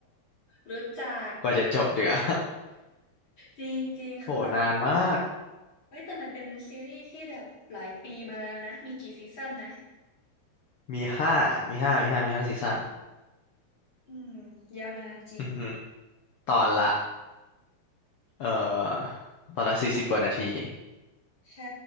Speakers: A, on the left; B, on the left.
A: รู้จัก
B: กว่าจะจบเดี๋ยว
A: จริงๆคือแบบ
B: <laughs> โหนานมาก
A: เฮ้ยแต่มันเป็นซีรีส์ที่แบบหลายปีมาแล้วนะมีกี่ซีซั่นนะ
B: มีห้ามีห้ามีห้ามีห้าซีซั่น
A: อืมยาวนานจริง
B: อือหือตอนละ เอ่อตอนละสี่สิบกว่านาที
A: ใช่